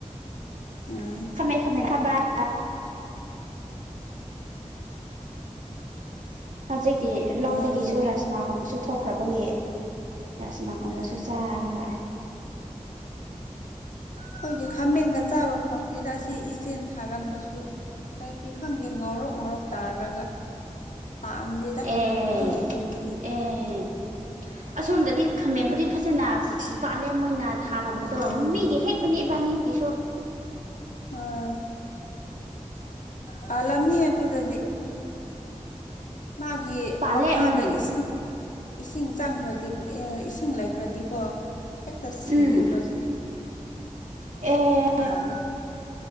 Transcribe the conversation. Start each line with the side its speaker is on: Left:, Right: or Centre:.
Left: ꯎꯝ
Right: <unintelligible> <inaudible> ꯍꯧꯖꯤꯛꯇꯤ ꯂꯧꯗꯒꯤꯁꯨ
Left: ꯎꯝ
Right: ꯔꯥꯁꯃꯥꯒꯨꯝꯕꯁꯨ ꯊꯣꯛꯈ꯭ꯔꯕꯒꯤ
Left: ꯑꯁ
Right: ꯔꯁꯃꯥꯒꯨꯝꯕꯁꯨ
Left: ꯑꯦ
Right: ꯆꯥꯔꯒ
Left: ꯈꯣꯏꯗꯤ ꯈꯥꯃꯦꯟꯒ ꯆꯥꯕ ꯐꯪꯗꯦꯗ ꯑꯁꯤ ꯏꯆꯦꯅ ꯊꯥꯔꯝꯕꯁꯨ ꯀꯔꯤ ꯈꯪꯗꯦ ꯉꯧꯔꯣꯛ ꯉꯧꯔꯣꯛ ꯇꯥꯔꯒ ꯄꯥꯟꯗꯦ
Right: ꯑꯦ
Left: ꯑꯗꯨꯝ ꯄꯨꯝꯈꯤ
Right: ꯑꯦ ꯑꯁꯣꯝꯗꯗꯤ ꯈꯥꯃꯦꯝꯕꯨꯗꯤ ꯐꯖꯅ ꯄꯥꯂꯦ ꯃꯣꯢꯅ ꯊꯥꯔꯝꯕꯗꯣ
Left: ꯎꯝ
Right: ꯃꯤꯒꯤ ꯍꯦꯛ ꯏꯕꯥꯟ ꯅꯤꯒꯤ ꯁꯨ
Left: ꯑꯣ ꯄꯜꯂꯝꯅꯤꯍꯦ ꯑꯗꯨꯗꯗꯤ ꯃꯥꯒꯤ
Right: ꯄꯥꯜꯂꯦ
Left: ꯃꯈꯥꯗ
Right: ꯎꯝ
Left: ꯏꯁꯤꯡ ꯏꯁꯤꯡ ꯆꯥꯡꯈ꯭ꯔꯗꯤ ꯏꯁꯤꯡ ꯂꯩꯥꯈ꯭ꯔꯗꯤꯀꯣ ꯍꯦꯛꯇꯥ ꯁꯤꯌꯦꯕ
Right: ꯎꯝ
Left: ꯁꯤ
Right: ꯑꯦ
Left: ꯌꯥꯗꯦ